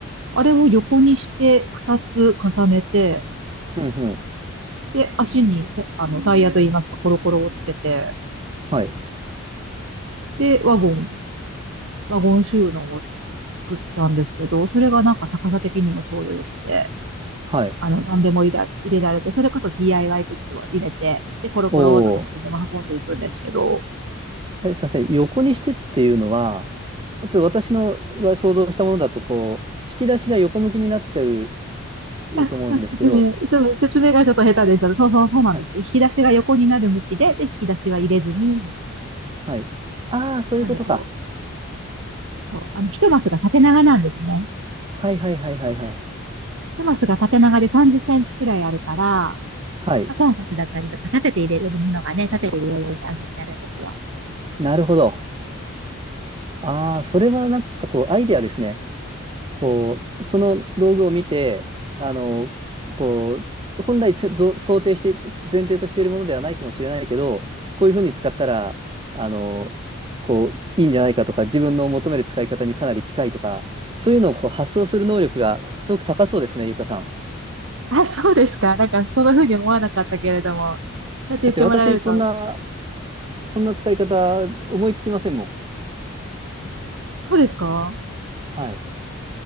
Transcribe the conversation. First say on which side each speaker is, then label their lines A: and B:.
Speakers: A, on the right (about 65°); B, on the right (about 25°).
A: あれを横にして2つ重ねて、
B: うんうん。
A: で、足にあのタイヤといいますか、コロコロをつけて、
B: はい。
A: で、ワゴン、ワゴン収納をつ作ったんですけど、それがなんか高さ的にもちょうどよくて、
B: はい。
A: あの、何でも入れ、入れられて、それこそ DIY グッズを入れて、で、コロコロっとどこにでも運んでいくんですけど、
B: おお。え、すいません。横にしてっていうのは、ちょっと私のが想像したものだと、こう、引き出しが横向きになっちゃう
A: あ説明、
B: と思うんですけど、
A: その説明がちょっと下手でした。そうそうそうなんです。
B: はい。
A: 引き出しが横になる向きで、で、引き出しは入れずに、
B: はい。ああ、そういうことか。
A: なんでこう、そう、あの、一マスが縦長なんですね。
B: はいはいはいはいはい。
A: 一マスが縦長で30センチくらいあるから、ま
B: はい。
A: あ、トンカチだったりとか、立てて入れれるものがね、立てて入れれるサイズになるんですよ。
B: なるほど。ああ、それはなんかこう、アイデアですね。こう、その道具を見て、あの、こう、本来せぞ想定して、前提としているものではないかもしれないけど、こういうふうに使ったら、あの、こう、いいんじゃないかとか、自分の求める使い方にかなり近いとか、そういうのをこう発想する能力がすごく高そうですね、ゆかさん。
A: あ、そうですか。なんか、そんな風に思わなかったけれども、そうやって言ってもらえると、
B: だって私、そんな、そんな使い方思いつきませんもん。
A: そうですか
B: はい。